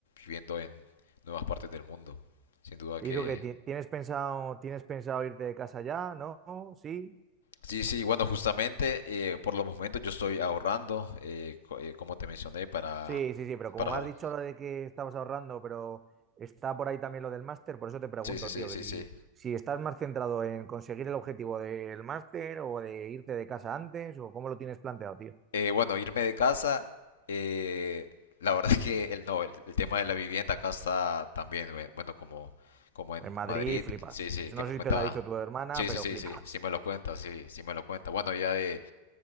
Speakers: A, on the left; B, on the right.
A: viviendo en nuevas partes del mundo. Sin duda
B: ¿Y
A: que...
B: tú qué? ti- ¿Tienes pensado, tienes pensado irte de casa ya? ¿No? ¿Sí?
A: Sí, sí, bueno, justamente eh, por los momentos yo estoy ahorrando, eh, co- eh, como te mencioné, para,
B: Sí, sí, sí, pero como
A: para...
B: me has dicho lo de que estabas ahorrando, pero está por ahí también lo del máster, por eso te pregunto,
A: Sí, sí, sí,
B: tío,
A: sí,
B: que si,
A: sí.
B: si estás más centrado en conseguir el objetivo del máster o de irte de casa antes, o cómo lo tienes planteado, tío.
A: Eh, bueno, irme de casa, eh, la verdad <laughs> es que el, no, el, el tema de la vivienda acá está también, bue- bueno, como, como en
B: En Madrid
A: Madrid,
B: flipas.
A: sí, sí, que
B: No
A: me
B: sé
A: cuenta,
B: si te lo ha dicho tu hermana,
A: sí,
B: pero
A: sí, sí,
B: flipas.
A: sí, sí me lo cuenta, sí, sí me lo cuenta. Bueno, ya de